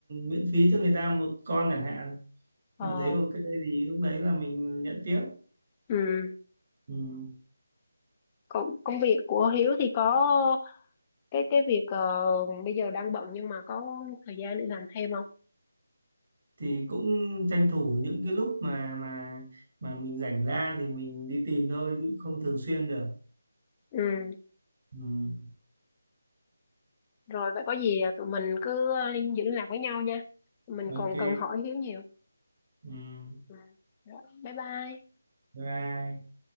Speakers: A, on the right; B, on the left.
A: miễn phí cho người ta một con chẳng hạn
B: ờ
A: mà thấy ok thì lúc đấy là mình nhận tiếp
B: ừ
A: ừ.
B: công công việc của Hiếu thì có cái cái việc ờ, bây giờ đang bận nhưng mà có thời gian để làm thêm không
A: thì cũng tranh thủ những cái lúc mà mà mà mình rảnh ra thì mình đi tìm thôi chứ không thường xuyên được
B: ừ
A: ừ.
B: rồi vậy có gì à, tụi mình cứ liên giữ liên lạc với nhau nha mình
A: ok
B: còn cần hỏi Hiếu nhiều
A: ừ.
B: ừ. rồi bye bye
A: bye bye